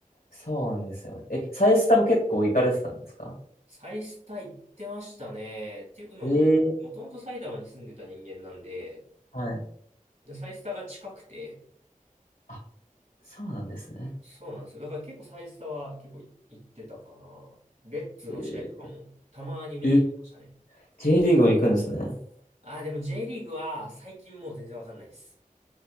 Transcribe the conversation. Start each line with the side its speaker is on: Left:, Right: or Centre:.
Left: そうなんですよね。え、サイスタも結構行かれてたんですか
Right: サイスタ行ってましたね。っていうのも、
Left: ええ
Right: もともと埼玉に住んでた人間なんで、
Left: はい。
Right: でサイスタが近くて、
Left: あ、そうなんですね。
Right: そうなんですよ。だから結構サイスタは結構い行ってたかな。レッズの試合とかもたまに見に行ってましたね。
Left: えーえ、J リーグも行くんですね。
Right: ああ、でも J リーグは最近もう全然わかんないです。